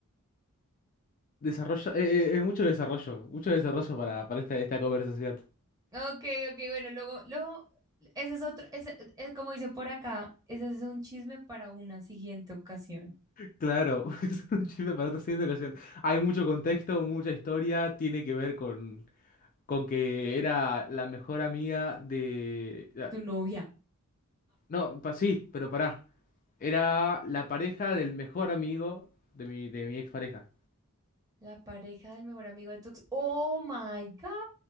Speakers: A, on the left; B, on the right.
A: Desarrollo, eh, eh, es mucho desarrollo, mucho desarrollo para, para esta, esta conversación.
B: Okay, okay, bueno, luego, luego, ese es otro, ese, es como dicen por acá, ese es un chisme para una siguiente ocasión,
A: Claro, <laughs> es un chisme para otra siguiente ocasión. Hay mucho contexto, mucha historia, tiene que ver con, con que era la mejor amiga de... la-
B: tu novia.
A: No, pa- sí, pero pará. Era la pareja del mejor amigo de mi, de mi expareja.
B: La pareja del mejor amigo de tu ex. ¡Oh my God!